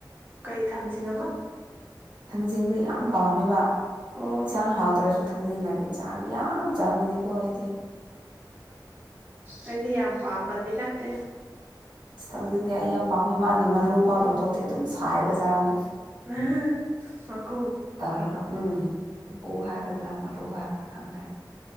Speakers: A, on the right (about 25°); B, on the right (about 70°).
A: ꯀꯩ ꯊꯥꯡꯆꯤꯡ ꯑꯕ
B: ꯊꯥꯡꯖꯤꯡꯗꯨ ꯌꯥꯝ ꯄꯥꯝꯃꯦꯕ
A: ꯑꯣ
B: ꯏꯟꯁꯥꯡ ꯍꯥꯎꯇ꯭ꯔꯁꯨ ꯊꯥꯡꯖꯤꯡ ꯂꯩꯔꯗꯤ ꯆꯥꯛꯇꯣ ꯌꯥꯝ ꯆꯪꯕꯅꯤꯀꯣ ꯑꯩꯗꯤ
A: ꯑꯩꯗꯤ ꯌꯥꯝ ꯄꯥꯝꯕꯗꯤ ꯅꯠꯇꯦ
B: ꯏꯁ ꯊꯥꯝꯖꯤꯡꯗꯤ ꯑꯩ ꯌꯥꯝ ꯄꯥꯝꯃꯦ ꯃꯥꯒꯤ ꯃꯔꯨꯐꯥꯎ ꯂꯧꯊꯣꯛꯇꯦ ꯑꯗꯨꯝ ꯁꯥꯏꯔꯒ ꯆꯥꯕꯅꯤ
A: ꯑꯍ ꯃꯀꯨ
B: ꯇꯧꯔꯒ ꯎꯝ ꯃꯀꯨ ꯍꯥꯏꯒꯗ꯭ꯔꯥ ꯃꯔꯨ ꯍꯥꯏꯒꯗ꯭ꯔꯥ ꯈꯪꯗꯦ